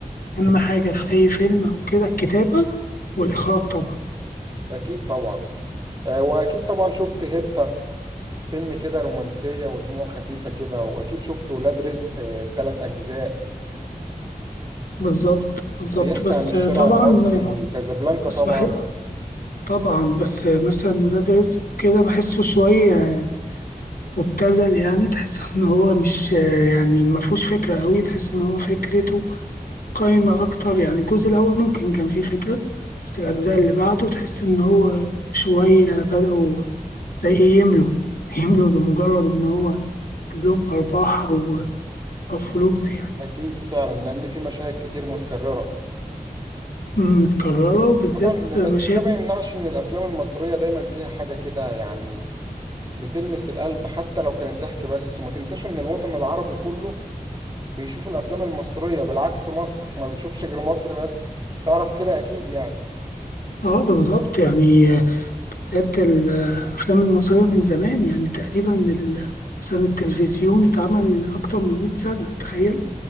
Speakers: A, on the left (about 85°); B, on the right (about 25°).
A: أهم حاجة في أي فيلم أو كده الكتابة والإخراج طبعا
B: اكيد طبعا آه واكيد طبعا شفت هيبتا فيلم كده رومانسيه ودموع خفيفه كده واكيد شفت ولاد رزق آه تلات اجزاء
A: بالظبط بالظبط
B: بيحكي
A: بس
B: عن الشارع
A: طبعا
B: المصري وكازابلانكا
A: بس
B: طبعا
A: بحس طبعا بس مثلا ولاد رزق وكده بحسه شوية مبتذل يعني تحس ان هو مش يعني ما فيهوش فكره قوي تحس ان هو فكرته قايمه اكتر يعني الجزء الاول ممكن كان فيه فكره بس الاجزاء اللي بعده تحس ان هو شويه بداوا زي ايه يملوا <laughs> يملوا لمجرد ان هو يجيب لهم ارباح او او فلوس يعني
B: اكيد فعلا لان في مشاهد كتير متكرره
A: متكرره وبالذات
B: طبعا بس
A: مشاهد
B: ده ما يمنعش ان الافلام المصريه دايما فيها حاجه كده يعني بتلمس القلب حتى لو كانت ضحك بس وما تنساش ان الوطن العربي كله بيشوف الافلام المصريه بالعكس مصر ما بتشوفش غير مصر بس تعرف كده اكيد يعني
A: اه بالظبط يعني بالذات الأفلام المصرية من زمان يعني تقريبا ال- مثلا التلفزيون اتعمل أكتر من 100 سنة تخيل